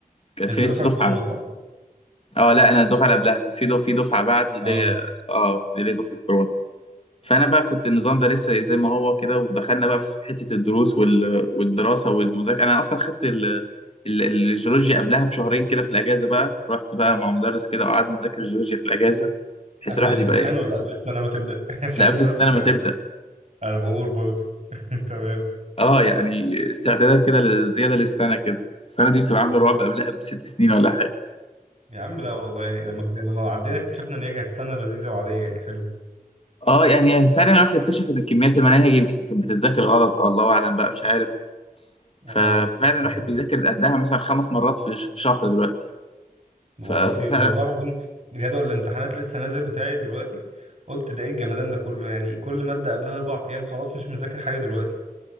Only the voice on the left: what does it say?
كانت
في لسه
دفعة
اه لا انا الدفعة اللي قبلها كانت في دف... في دفعة بعدي اللي
هي اه اللي هي دفعة كورونا فانا بقى كنت النظام ده لسه زي ما هو كده ودخلنا بقى في حته الدروس وال... والدراسه والمذاكره انا اصلا خدت ال... ال... الجيولوجيا قبلها بشهرين كده في الاجازه بقى رحت بقى مع مدرس كده وقعدنا نذاكر الجيولوجيا في الاجازه بحيث
الواحد
يبقى ايه
لا قبل
السنه ما
تبدا
اه يعني استعدادات كده ل- زياده للسنه كده السنه دي بتبقى عامله رعب قبلها بست سنين ولا حاجه
اه يعني فعلا الواحد اكتشف ان كميات المناهج يمكن كانت بتتذاكر غلط الله اعلم بقى مش عارف
ف- ففعلا الواحد
بيذاكر قدها مثلا خمس مرات في في شهر دلوقتي
ف ف-